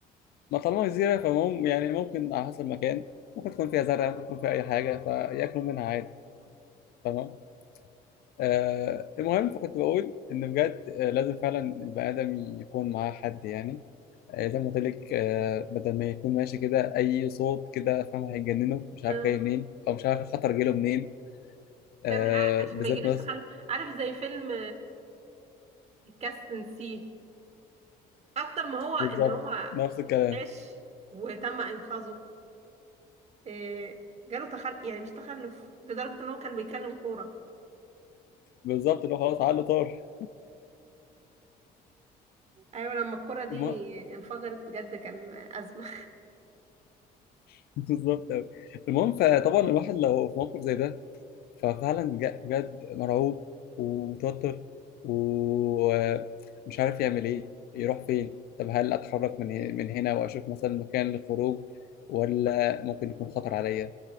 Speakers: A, on the left; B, on the right.
A: ما طالما جزيرة فمم يعني ممكن على حسب المكان ممكن تكون فيها زرع ممكن تكون فيها اي حاجة فياكلوا منها عادي تمام آه المهم فكنت بقول ان بجد آه، لازم فعلا البني ادم يكون معاه حد يعني آه، زي ما قلت لك آه، بدل ما يكون ماشي كده اي صوت كده فاهم هيجننه مش عارف
B: اه
A: جاي منين او مش عارف الخطر جاي له منين آه،
B: فاهم؟ ع- عشان
A: بالذات
B: ما يجيلوش
A: مثلا
B: تخلف عارف زي فيلم كاستن سي اكتر ما هو ان
A: بالظبط
B: هو
A: نفس الكلام
B: عاش وتم انقاذه آه، جاله تخلف يعني مش تخلف لدرجة ان هو كان بيكلم كورة
A: بالظبط اللي هو خلاص عقله طار
B: ايوه لما الكورة دي
A: المهم
B: انفجرت بجد كان ازمة
A: <laughs> بالظبط أوي. المهم فطبعا الواحد لو في موقف زي ده ففعلا جا- بجد مرعوب ومتوتر ومش عارف يعمل ايه يروح فين طب هل اتحرك من هنا- من هنا واشوف مثلا مكان للخروج ولا ممكن يكون خطر عليا